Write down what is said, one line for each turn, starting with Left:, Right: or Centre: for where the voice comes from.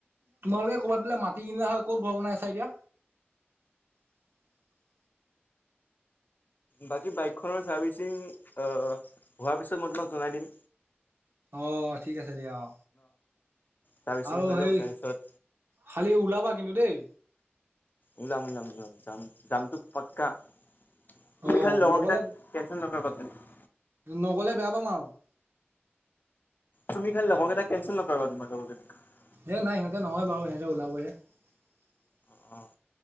Right: তোমালোকে ক'বাত বোলে মাটি কিনিলা হয় ক'ত ঘৰ বনাইছা এতিয়া। <unintelligible>
Left: বাকী বাইকখনৰ চাৰ্ভিচিং হোৱাৰ পিছত মই তোমাক জনাই দিম।
Right: অ ঠিক আছে। দিয়া অ
Left: চাৰ্ভিচিং
Right: আৰু
Left: হৈ
Right: সেই
Left: লওক তাৰপিছত
Right: খালি ওলাবা। কিন্তু দেই।
Left: ওলাম ওলাম ওলাম যাম যামটো পাক্কা। <unintelligible> তুমি
Right: অ
Left: খালি লগৰকেইটা
Right: নগলে
Left: কেনচেল নকৰিবা <unintelligible>
Right: নগলে বেয়া পাম আৰু <unintelligible>
Left: তুমি খালি লগৰকেইটা কেনঞ্চেল নকৰিবা তোমাৰ লগৰকেইটাক <unintelligible>
Right: এ নাই সিহঁতে নহয় বাৰু সিহঁতে ওলাবহে <unintelligible>
Left: অ